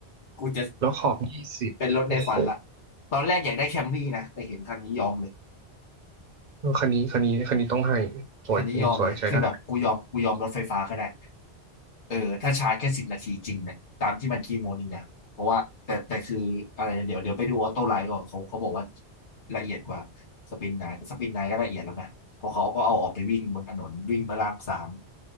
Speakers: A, on the left (about 45°); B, on the right (about 45°).
A: กูจะ
B: แล้วขอบยี่สิบโอ้โห
A: เป็นรถในฝันละ ตอนแรกอยากได้แคมรี่นะ แต่เห็นคันนี้ยอมเลย
B: คันนี้คันนี้คันนี้ต้องให้สวยจริงสวยใช้ได้
A: คันนี้ยอมเลย คือแบบกูยอมกูยอมรถไฟฟ้าก็ได้เออถ้าชาร์จแค่สิบนาทีจริงเนี่ยตามที่มันคีโมนี่นะเพราะว่าแต่แต่คืออะไรนะเดี๋ยวเดี๋ยวไปดูออโต้ไลน์ก่อนเขาเขาบอกว่าละเอียดกว่าสปินไนแต่สปินไนก็ละเอียดแล้วนะ เพราะเขาก็เอาออกไปวิ่งบนถนนวิ่งพระรามสาม